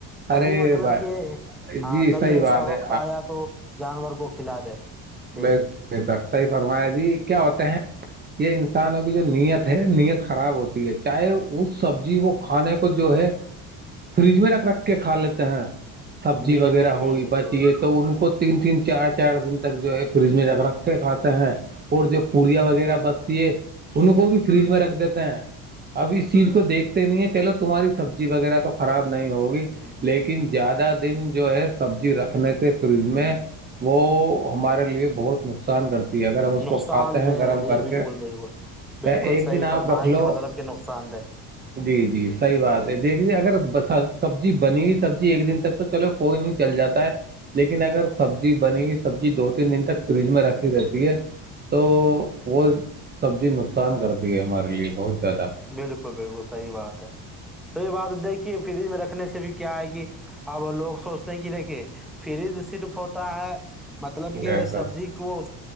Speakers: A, in the centre; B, on the right.
A: کبھی
B: ارے
A: مطلب
B: بھائی
A: کہ ا
B: جی
A: کبھی
B: صحیح
A: ایسا
B: بات ہے
A: وقت ایا تو جانور فلاد ہے
B: ب
A: کہ
B: صحی فرمایا جی کیا ہوتے ہیں یہ انسانوں کی جو نیت ہے نیت خراب ہوتی ہے چاہے اس سبزی وہ کھانے کو جو ہے فریج میں رکھ رکھ کے کھا لیتے ہیں سبزی
A: بالکل
B: وغیرہ
A: بالکل
B: ہوئی بچیے
A: صحیح
B: تو ان کو تین تین چار چار دن تک جو ہے فریج میں رکھ رکھ کے کھاتے ہیں اور جو پوڑیاں وغیرہ بچتی ہے ان کو بھی فریج میں رکھ دیتے ہیں اب اس چیز کو دیکھتے نہیں ہے چلو تمہاری سبزی وغیرہ تو خراب نہیں ہوگی لیکن زیادہ دن جو ہے سبزی رکھنے سے فریج میں وہ ہمارے لیے بہت نقصان کرتا اگر ہم اس
A: نقصان
B: کو کھاتے ہیں
A: دہ
B: گرم
A: ہے جی
B: کر
A: بالکل
B: کے
A: بالکل بالکل
B: ایک
A: صحیح
B: دن آپ
A: فرمائے
B: رکھ
A: کہ
B: لو
A: مطلب کہ نقصان دہ
B: جی جی صحیح بات
A: جی
B: ہے دیکھ اگر سبزی بنی ہوئی سبزی ایک دن تک تو چلو کوئی نہیں چل جاتا ہے لیکن اگر سبزی بنی ہوئی سبزی دو تین دن تک فریج میں رکھی رہتی ہے تو وہ سبزی نقصان کرتی ہے ہمارے لیے بہت زیادہ
A: بالکل بالکل صحی بات ہے تو یہ بات دیکھیے فریج میں رکھنے سے بھی کیا ہے کہ اب لوگ سوچ ریکھے ف ہوتا ہے مطلب کہ
B: ایسا
A: سبزی کو